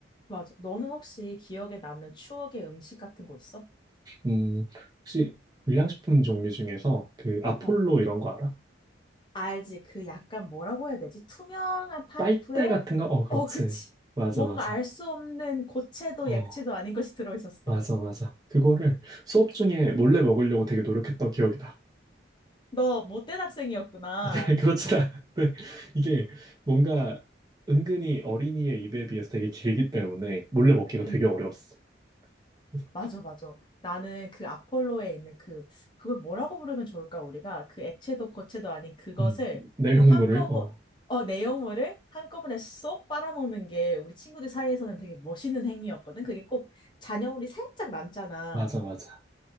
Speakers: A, on the left; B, on the right.
A: 맞아. 너는 혹시 기억에 남는 추억의 음식 같은 거 있어?
B: 음, 혹시 불량식품 종류 중에서 그 아폴로
A: 어.
B: 이런 거 알아?
A: 알지. 그 약간 뭐라고 해야 되지? 투명한 파이프에
B: 빨대 같은 거? 어, 그렇지.
A: 어, 그치.
B: 맞아,
A: 뭔가
B: 맞아.
A: 알 수 없는 고체도
B: 어.
A: 액체도 아닌 것이 들어있었어.
B: 맞아, 맞아. 그거를 수업 중에 몰래 먹으려고 되게 노력했던 기억이 다
A: 너 못된 학생이었구나.
B: 아니, 아니, 그렇진 않은데, <laughs> 이게 뭔가 은근히 어린이의 입에 비해서 되게 길기 때문에 몰래 먹기가
A: 음,
B: 되게 어려웠어. 그래서,
A: 맞아, 맞아. 나는 그 아폴로에 있는 그, 그걸 뭐라고 부르면 좋을까, 우리가? 그 액체도 고체도 아닌 그것을
B: 음, 내용물을,
A: 한꺼번에,
B: 어,
A: 어, 내용물을 한꺼번에 쏙 빨아먹는 게 우리 친구들 사이에서는 되게 멋있는 행위였거든. 그게 꼭 잔여물이 살짝 남잖아.
B: 맞아, 맞아.